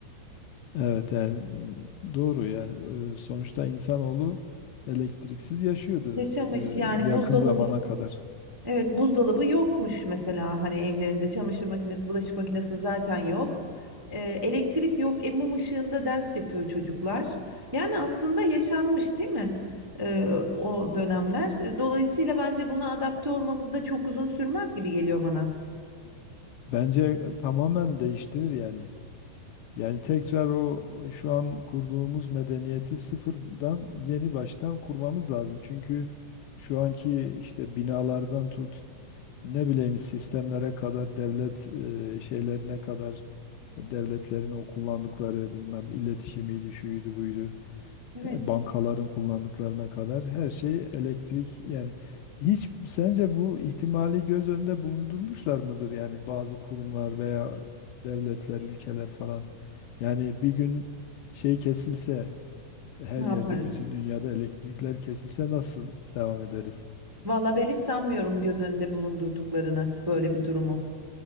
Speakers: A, on the left (about 75°); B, on the right (about 20°).
A: Evet yani doğru yani e, sonuçta insanoğlu elektriksiz yaşıyordu
B: Yaşamış yani
A: e, yakın
B: buzdolabı
A: zamana kadar.
B: evet buzdolabı yokmuş mesela hani evlerinde çamaşır makinesi bulaşık makinesi zaten yok. E, elektrik yok e, mum ışığında ders yapıyor çocuklar. Yani aslında yaşanmış değil mi? e, o dönemler. E, Dolayısıyla bence buna adapte olmamız da çok uzun sürmez gibi geliyor bana.
A: Bence tamamen değiştirir yani. Yani tekrar o şu an kurduğumuz medeniyeti sıfırdan yeni baştan kurmamız lazım. Çünkü şu anki işte binalardan tut ne bileyim sistemlere kadar devlet e, şeylerine kadar e, devletlerin o kullandıkları bilmem iletişimiydi, şuydu buydu,
B: Evet.
A: he- bankaların kullandıklarına kadar her şey elektrik yani hiç sence bu ihtimali göz önünde bulundurmuşlar mıdır yani bazı kurumlar veya devletler, ülkeler falan? Yani bir gün şey kesilse her
B: Ne yaparız?
A: yerde bütün dünyada elektrikler kesilse nasıl devam ederiz?
B: Valla ben hiç sanmıyorum göz önünde bulundurduklarını böyle bir durumu.